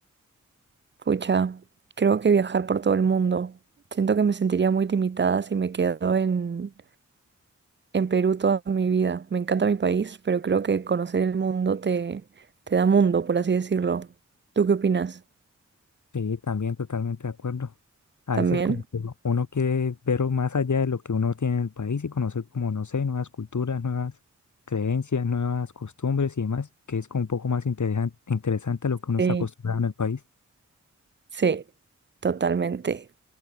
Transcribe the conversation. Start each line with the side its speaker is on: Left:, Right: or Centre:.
Right: Pucha, creo que viajar por todo el mundo. Siento que me sentiría muy limitada si me quedo en, en Perú toda mi vida. Me encanta mi país, pero creo que conocer el mundo te, te da mundo, por así decirlo. ¿Tú qué opinas?
Left: Sí, también totalmente de acuerdo. A
Right: ¿También?
Left: veces como que uno uno quiere ver o más allá de lo que uno tiene en el país y conocer como, no sé, nuevas culturas, nuevas creencias, nuevas costumbres y demás, que es como un poco más interesante, interesante a lo que uno está
Right: Sí.
Left: acostumbrado en el país.
Right: Sí, totalmente.